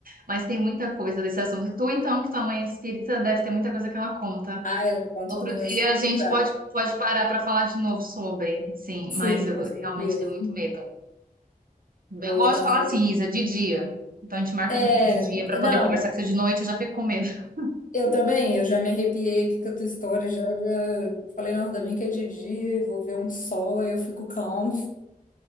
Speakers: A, on the right (about 70°); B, on the left (about 60°).
A: mas tem muita coisa desse assunto. E tu, então, que tua mãe é espírita, deve ter muita coisa que ela conta.
B: Ah, ela conta
A: Outro
B: uns negócios
A: dia a gente
B: bizarros.
A: pode, pode parar para falar de novo sobre, sim,
B: Sim,
A: mas eu
B: com certeza.
A: realmente tenho muito medo. Eu
B: Vou
A: gosto
B: dar
A: de falar
B: uma saída.
A: assim, Isa, de dia. Então a gente marca
B: É,
A: de novo de dia para poder
B: não,
A: conversar com você de noite, eu já fico com medo. <laughs>
B: Eu também, eu já me arrepiei aqui com a tua história, já, já falei, nossa, ainda bem que é de dia, eu vou ver um sol, aí eu fico calmo.